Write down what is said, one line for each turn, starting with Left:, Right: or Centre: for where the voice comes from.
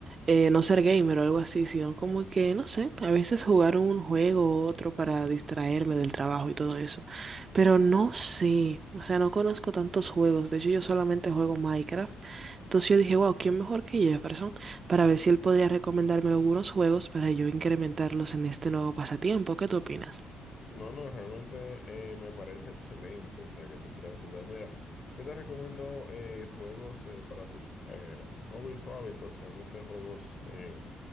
Right: eh, no ser gamer o algo así, sino como que, no sé, a veces jugar un juego u otro para distraerme del trabajo y todo eso, pero no sé, o sea, no conozco tantos juegos, de hecho yo solamente juego Minecraft, entonces yo dije, wow, ¿quién mejor que Jefferson? para ver si él podría recomendarme algunos juegos para yo incrementarlos en este nuevo pasatiempo. ¿Qué tú opinas?
Left: No, no, realmente eh, me parece excelente, o sea, que tú quieras jugar. Mira, yo te recomiendo eh, juegos eh, para tus eh, hobbies o hábitos, realmente juegos... eh,